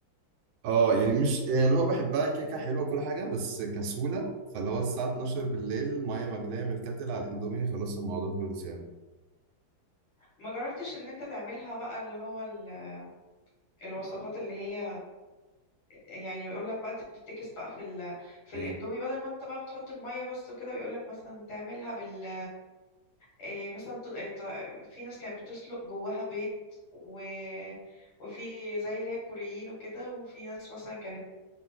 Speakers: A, on the right; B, on the left.
A: اه يعني مش يعني اللي هو بحبها كيكه حلوه كل حاجه بس كسوله فاللي هو الساعه 12 بالليل ميه مغليه من الكاتل على الاندومي خلاص الموضوع خلص يعني
B: ما جربتش ان انت تعملها بقى اللي هو ال- الوصفات اللي هي يعني يقول لك بقى تفتكس بقى في ال... في
A: امم
B: الاندومي بدل ما انت بقى بتحط الميه بس وكده بيقول لك مثلا تعملها بال إيه مثلا ت... إيه ت... في ناس كانت بتسلق جواها بيض و... وفي زي اللي هي الكوريين وكده وفي ناس مثلا كانت